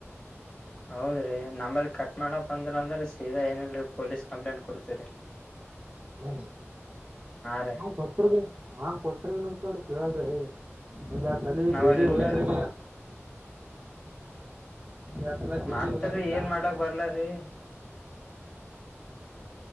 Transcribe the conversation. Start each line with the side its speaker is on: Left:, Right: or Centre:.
Left: ಹೌದ್ರೀ ನಮ್ಮಲ್ ಕಟ್ ಮಾಡಕ್ ಬಂದ್ರ ಅಂದ್ರ ಸೀದಾ ಏನಲ್ರಿ ಪೊಲೀಸ್ ಕಂಪ್ಲೇಂಟ್ ಕೊಡ್ತೀವ್ರರಿ
Right: ಹ
Left: ರೀ
Right: ಕೊಟ್ಟರು ಭ ಹ ಕೊಟ್ಟ್ರ ಭ ನಮ್ ಕಡ್ ಕೇಳಲ್ ರೀ ಒಂದುೆ ಆ ಚಲಿ
Left: ನಾವಲ್
Right: ಜಲಿ
Left: ಇಲ್ರಿ
Right: ಹೋಗ್ಯಾರೀ ಎರಡ್ ಸಲ ಜೈಲಿಗ್
Left: ಮಾಡ್ತರಿ
Right: ಹೋಗ್ಯಾರೀ
Left: ಏನ್
Right: ಆದ್ರೂ
Left: ಮಾಡಕ್ ಬರ್ಲಾರೀ